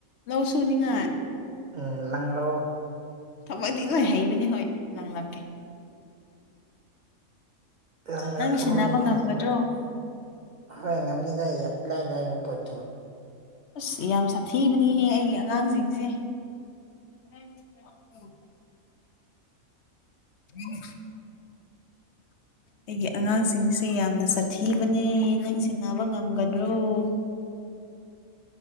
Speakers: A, on the left; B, on the right.
A: ꯂꯧ ꯁꯨꯅꯤꯉꯥꯏ
B: ꯎ ꯂꯪꯂꯣ
A: ꯊꯕꯛꯗꯤ ꯂꯣꯏ ꯍꯩꯕꯅꯤ ꯍꯣꯏ ꯅꯪꯂꯪꯂꯛꯀꯦ
B: ꯂꯪꯂꯛꯎ
A: ꯅꯪ ꯁꯤꯟꯅꯕ ꯉꯝꯒꯗ꯭ꯔꯣ
B: ꯂꯪꯂꯛꯎ ꯍꯣꯏ ꯉꯝꯅꯤꯗ ꯏꯂꯥꯏ ꯂꯥꯏꯕ ꯄꯣꯠ
A: ꯑꯁ ꯌꯥꯝ ꯁꯥꯊꯤꯕꯅꯤꯍꯦ ꯑꯩꯒꯤ ꯑꯉꯥꯡꯁꯤꯡꯁꯦ ꯎꯝ ꯎꯝ ꯎ ꯑꯩꯒꯤ ꯑꯉꯥꯡꯁꯤꯡꯁꯦ ꯌꯥꯝꯅ ꯁꯥꯊꯤꯕꯅꯦ ꯅꯪ ꯁꯤꯦꯟꯅꯕ ꯉꯝꯒꯗ꯭ꯔꯣ <unintelligible>